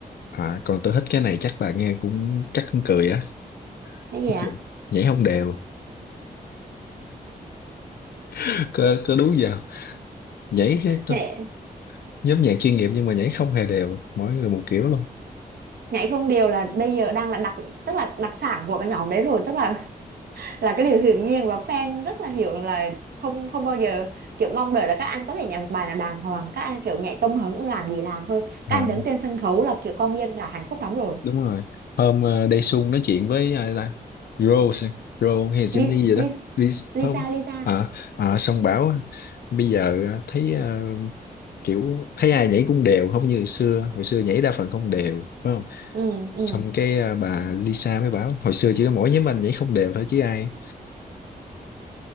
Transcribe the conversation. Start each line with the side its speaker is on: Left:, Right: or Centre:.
Left: à, còn tôi thích cái này chắc bà nghe cũng chắc cũng cười á
Right: cái gì
Left: Cái
Right: ạ
Left: gì? nhảy không đều <laughs> có, có đúng giờ nhảy cái t-
Right: Nghệ
Left: nhóm nhạc chuyên nghiệp nhưng mà nhảy không hề đều mỗi người một kiểu luôn
Right: Nhảy không điều là bây giờ đang là đặc tức là đặc sản của cái nhóm đấy rồi tức là <laughs> là cái điều hiển nhiên và fan rất là hiểu là không không bao giờ kiểu mong đợi là các anh có thể nhảy một bài nào đàng hoàng các anh kiểu nhảy tông hứng ưng làm gì làm thôi các
Left: à,
Right: anh đứng trên sân khấu là kiểu con dân đã hạnh phúc lắm rồi
Left: đúng rồi hôm ờ, Daesung nói chuyện với ai ta Rose Rose hay Jenny
Right: Li,
Left: gì đó
Right: Li,
Left: đi
Right: Lisa
Left: không
Right: Lisa
Left: à, à, xong bảo bây giờ ờ, thấy ờ, kiểu thấy ai nhảy cũng đều không như hồi xưa hồi xưa nhảy đa phần không đều phải không
Right: ừ ừ
Left: xong cái à, bà Lisa mới bảo hồi xưa chỉ có mỗi nhóm anh nhảy không đều thôi chứ ai